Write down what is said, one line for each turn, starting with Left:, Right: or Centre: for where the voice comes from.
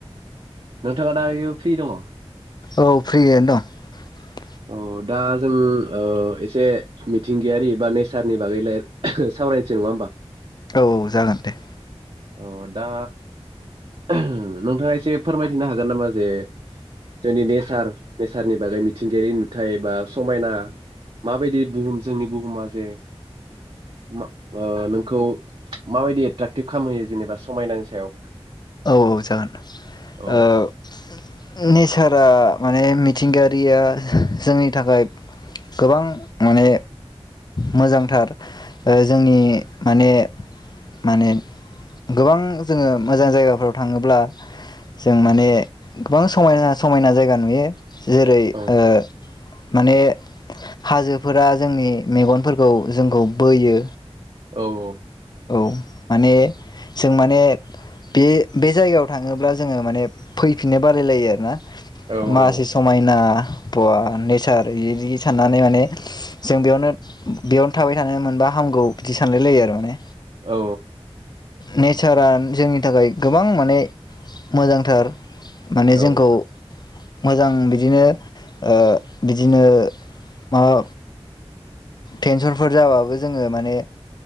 Right: नोंथाङा दायो फ्रि दङ
Left: औ फ्रियानो दं
Right: औ दा जों ओ एसे मिथिंगायारि बा नेचारनि बागै लाय सावरायनोसै नङा होमबा?
Left: औ जागोन दे।
Right: अ दा नोंथाङा एसे फोरमायथिनो हागोन नामा जे जोंनि नेसार नेचारनि बागै मिथिंगायारि नुथाय बा समायना माबायदि बुहुम जोंनि बुहुमा जे मा ओ नोंखौ माबायदि एट्राकटिभ खामहोयो जेनेबा समायनानि सायाव?
Left: औ औ जागोन
Right: औ
Left: ओ नेचारा माने माने मिथिंगायारिया जोंनि थाखाय गोबां माने मोजांथार जोंनि माने माने गोबां जो मोजां जायगा फ्राव थाङोब्ला जों माने गोबां समायना समायना जायगा नुयो। जेरै
Right: औ
Left: ओ माने हाजोफोरा जोंनि मेगनफोरखौ जोंखौ बोयो।
Right: औ औ।
Left: औ माने जों माने बे बे जायगायाव थाङोब्ला जोङो माने फैफिननो बालायलायो आरोना।
Right: औ
Left: मासे
Right: औ
Left: समायना बा नेचार इदि साननानै माने जों बेयावनो बेयावनो थाबाय थानो मोनबा हामगौ बिदि सानलाय लायो आरो माने।
Right: औ
Left: नेचारा जोंनि थाखाय गोबां माने मोजांथार माने
Right: औ
Left: जोंखौ मोजां बिदिनो ओ बिदिनो ओ माबा टेनसनफोर जाबाबो ओ जोङो माने